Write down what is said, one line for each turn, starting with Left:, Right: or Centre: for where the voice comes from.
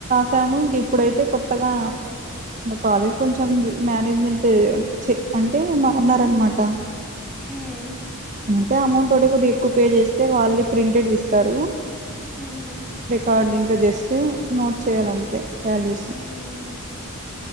Right: సాము ఇంకిప్పుడైతే కొత్తగా కాలేజ్ కొంచె చం మానేజ్మెంట్ అంటే మార్నారనమాట
Centre: మ్మ్
Right: అంటే అమౌంట్ ఒకటే కొద్దిగా ఎక్కువ పే చేస్తే వాళ్ళు ప్రింటెడ్ విస్తారు
Centre: మ్మ్ హ్మ్
Right: రికార్డు ఇంకా జస్ట్ నోట్ చేయాలంతే వాల్యూస్
Centre: మ్మ్